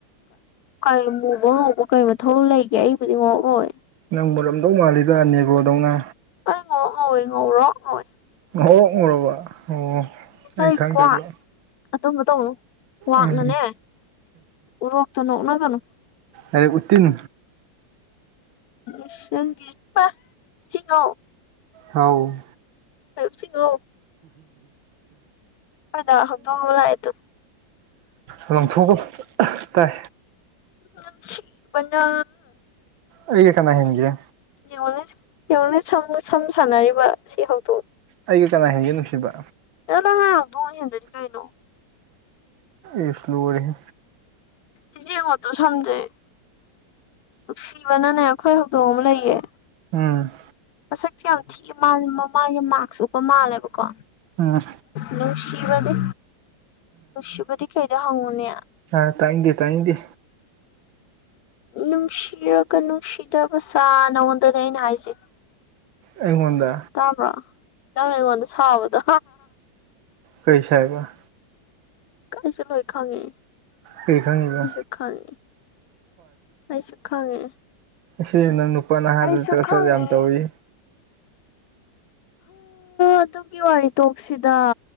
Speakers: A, on the left; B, on the right.
A: ꯀꯩ ꯃꯨꯕ ꯉꯧꯕ ꯀꯩ ꯃꯊꯧ ꯂꯩꯒꯦ ꯑꯩꯕꯨꯗꯤ ꯉꯔꯛꯍꯧꯋꯦ
B: ꯅꯪ ꯃꯔꯝꯗꯧ ꯃꯥꯜꯂꯤꯗ ꯅꯦꯒꯣꯗꯧꯅ
A: ꯑ ꯉꯧꯔꯣ ꯉꯧꯋꯦ ꯉꯧꯔꯣ ꯉꯧꯏꯦ
B: <unintelligible> ꯑꯣ
A: ꯐꯩꯀ꯭ꯣ
B: ꯑꯩ ꯈꯪꯗꯕ
A: ꯑꯗꯨꯝꯕ ꯇꯧ ꯀ꯭ꯋꯥꯛꯅꯅꯦ
B: ꯎꯝ
A: ꯎꯔꯣꯛꯇ ꯅꯣꯛꯅꯒꯅꯨ
B: ꯑꯩ ꯎꯠꯇꯤꯟ
A: ꯎꯁꯪꯗꯤꯕ ꯁꯤꯣ
B: ꯍꯥꯎ
A: ꯀꯁꯤꯡꯉꯣ ꯐꯗ ꯍꯧꯗꯣꯛ ꯂꯑꯗꯣ
B: ꯂꯪꯊꯣꯛꯄ ꯇꯥꯏ
A: ꯅꯨꯡꯁꯤꯕꯅ
B: ꯑꯩꯒ ꯀꯅꯥ ꯍꯦꯟꯒ
A: <unintelligible> ꯁꯝ ꯁꯥꯟꯅꯔꯤꯕ ꯁꯤ ꯍꯧ
B: ꯑꯩꯒ ꯀꯅꯥ ꯍꯦꯟꯒꯦ ꯅꯨꯡꯁꯤꯕ
A: ꯀꯅꯣ ꯍꯕꯨꯣꯡ ꯍꯗꯅꯤ ꯀꯩꯩꯅꯣ
B: ꯏꯁ ꯂꯣꯏꯔꯦꯍꯦ
A: ꯏꯆꯦ ꯃꯠꯇ ꯁꯝꯖꯩ ꯅꯨꯡꯁꯤꯕꯅꯅꯦ ꯑꯩꯈꯣꯏ ꯍꯧꯗꯣꯡ ꯑꯃ ꯂꯩꯌꯦ
B: ꯎꯝ
A: ꯃꯁꯛꯇꯤ ꯌꯥꯝ ꯊꯤꯑ ꯃꯥ ꯃꯃꯥꯏꯁꯦ ꯃꯥꯛꯁ ꯎꯞꯄ ꯃꯥꯜꯂꯦꯕꯀꯣ꯫
B: ꯎꯝ
A: ꯅꯨꯡꯁꯤꯕꯗꯤ ꯅꯨꯡꯁꯤꯕꯗꯤ ꯀꯩꯗ ꯍꯪꯉꯨꯅꯦ
B: ꯑ ꯇꯥꯏꯗꯦ ꯇꯥꯏꯗꯦ
A: ꯅꯨꯡꯁꯤꯔꯒ ꯅꯨꯡꯁꯤꯗꯕ ꯁꯥ ꯅꯉꯣꯟꯗꯅꯦ ꯑꯩꯅ ꯍꯥꯏꯖꯩ
B: ꯑꯩꯉꯣꯟꯗ
A: ꯇꯥꯕ꯭ꯔꯣ ꯅ ꯅꯪꯅ ꯑꯩꯉꯣꯟꯗ ꯁꯥꯕꯗꯣ
B: ꯀꯩꯁ ꯍꯥꯏꯕ
A: ꯀꯁꯤ ꯂꯣꯏꯣꯏꯈꯥꯡꯒꯦꯁꯨ
B: ꯀꯔꯤ ꯈꯪꯉꯤꯕ
A: ꯈꯥꯡꯒꯦ ꯑꯩꯁꯨ ꯈꯪꯉꯦ
B: ꯁꯤ ꯅꯪ ꯅꯨꯄꯥ ꯅꯍꯥꯗ
A: ꯑꯩꯁꯨ
B: ꯆꯠ
A: ꯈꯪꯉꯦ
B: ꯆ ꯌꯥꯝ ꯇꯧꯋ
A: ꯑꯗꯨꯒꯤ ꯋꯥꯔꯤ ꯇꯣꯛꯁꯤꯗ